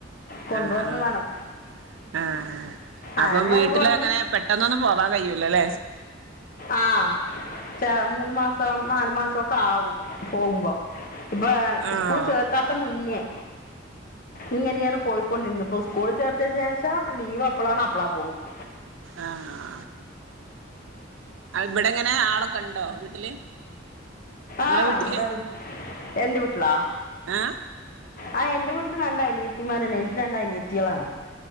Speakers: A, on the left; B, on the right.
A: കൊണ്ടുവന്നതാണ്
B: ആഹ് ആഹ് ആഹ്
A: അങ്ങനെ
B: അപ്പം വീട്ടില്
A: അവര് വന്ന്
B: അങ്ങനെ പെട്ടെന്നൊന്നും പോവാൻ കയൂല്ലോല്ലേ
A: ആ ച മൂന്ന് മാസം നാാലു മാസൊക്കെ ആകും പോകുമ്പോ ഇപ്പൊ
B: ആഹ്
A: സ്കൂൾ ചേർത്താത്ത മുന്നേ ഇങ്ങനെയാണ് പോയിക്കൊണ്ടിരുന്നത്പ്പോ സ്കൂളിൽ ചേർത്തതിന് ശേഷം ലീവ് എപ്പളാണ് അപ്പളാ പോവുന്നത്
B: ആഹ് ഇവിടെ എങ്ങനെ ആളൊക്കെ ഉണ്ടോ വീട്ടില് ഇങ്ങളെ
A: ആഹ്
B: വീട്ടില്
A: ഇവിടുണ്ട് എന്റെ വീട്ടിലാ
B: ആഹ്
A: ആഹ എന്റെ വീട്ടില് രണ്ട് അനിയ ത്തിമാർ എനിക്ക് രണ്ട് അനിയത്തീകളാണ്